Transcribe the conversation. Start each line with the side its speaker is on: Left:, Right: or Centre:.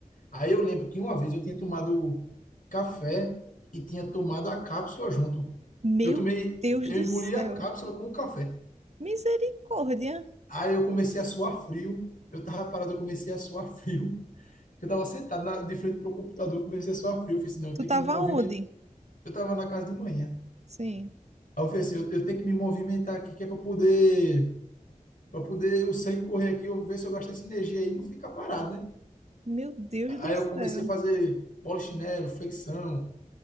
Left: Aí eu lembro que uma vez eu tinha tomado café e tinha tomado a cápsula junto.
Right: Meu
Left: Eu tomei,
Right: Deus
Left: eu
Right: do
Left: engoli
Right: céu.
Left: a cápsula com o café.
Right: Misericórdia.
Left: Aí eu comecei a suar frio. Eu tava parado, eu comecei a suar frio. <laughs> Eu tava sentado na, de frente pro computador, eu comecei a suar frio. Eu falei assim, não, eu
Right: Tu
Left: tenho que
Right: tava
Left: me movimentar.
Right: onde?
Left: Eu tava na casa de manhã.
Right: Sim.
Left: Aí eu falei assim, eu, eu tenho que me movimentar aqui, que é pra poder, para poder o sangue correr aqui, eu ver se eu gasto essa energia aí e não ficar parado, né?
Right: Meu Deus do
Left: Aí eu
Right: céu.
Left: comecei a fazer polichinelo, flexão,